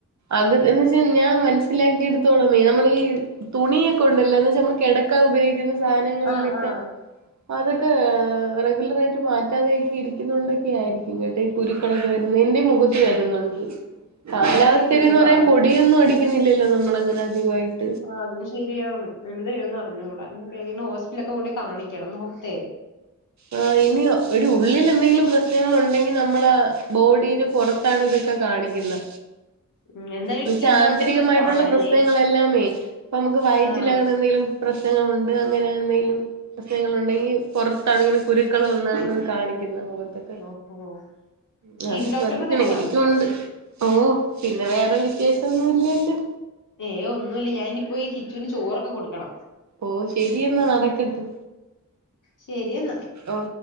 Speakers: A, on the right (about 55°); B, on the left (about 65°).
A: അത് എന്ന് ച്ചാ ഞാൻ മനസ്സിലാക്കി എടുത്തോള്ളം നമ്മൾ ഈ.. തുണിയൊക്കെ ഉണ്ടല്ലോ എന്ന് വെച്ച നമ്മൾ കിടക്കാൻ ഉപയോഗിക്കുന്ന സാധനങ്ങളിലൊക്കെ..
B: ആഹ് ആഹ് ആഹ്
A: അതൊക്കെ റെഗുലർ ആയിട്ട് മാറ്റാതെയക്കി ഇരിക്കുന്ന കൊണ്ടൊക്കെ ആയിരിക്കും കേട്ടെ.. കുരുക്കളൊക്കെ വരുന്ന് എന്റെ മുഖത്ത്
B: ഉം
A: വരുന്നുണ്ട് കാലാവസ്ഥയിലന്ന്
B: നല്ല കുരുവും
A: പറയും
B: പാടൊക്കെയാണ്
A: ബോ പൊടിയൊന്നും അടി.. ഇല്ലില്ലോ നമ്മള അങ്ങനെ അധികമായിട്ട്..
B: ആ അതും ശരിയാണ് എന്ത്യ്യും ന്ന്റിഞ്ഞുടാ ഇനി പ്പ ഏതെങ്കിലും ഹോസ്പിറ്റലിലൊക്കെ കൊണ്ടയി കാണിക്കണം മുഖത്തെേ..
A: ആഹ് ഇനി ഒരു ഉള്ളിൽ എന്തെങ്കിലും പ്രശ്നങ്ങൾ ഉണ്ടെങ്കിൽ നമ്മള ആ ബോഡീടെ പുറത്ത്.. ത്താണ് ഇതൊക്കെ കാണിക്കുന്നെ
B: ഉം എന്തായാലും
A: എന്ന്ച്ച
B: ഒരു സ്കിൻ
A: ആന്തരികമായിട്ടുള്ള
B: ഡോക്ടറിനെ ചെന്ന് കാണാല്ലേ
A: പ്രശ്നങ്ങളെല്ലാമേ ഇപ്പ നമുക്ക് വയറ്റിൽ
B: ആഹ്
A: അങ്ങനെ എന്തെങ്കിലും പ്രശ്നങ്ങളുണ്ട് അങ്ങനെ എന്തെങ്കിലും പ്രശ്നങ്ങളുണ്ടെങ്കിൽ പൊറ ത്താണെങ്കിലും കുരുക്കൾ വന്നാണ് കാണിക്കുന്ന മുഖത്ത്.
B: ഓഹോ
A: ഉം
B: സ്കിൻ
A: ആഹ്
B: ഡോക്ടറിനെ
A: ശ്രധിക്കണം
B: തന്നെ
A: എങ്ങനിക്കുണ്ട്.
B: കാണിക്കാം
A: ഓ പിന്നെ വേറെ വിശേഷംന്നും ഇല്ലല്ലോ
B: ഏയ് ഒന്നുല്ല ഞാനിപ്പോഈ കിച്ചുന് ചോറൊക്കെ കൊടുക്കണം.
A: ഓ ശരിയെന്നാ നടക്കെട്ട്
B: ശെരി എന്നാ
A: ഓഹ്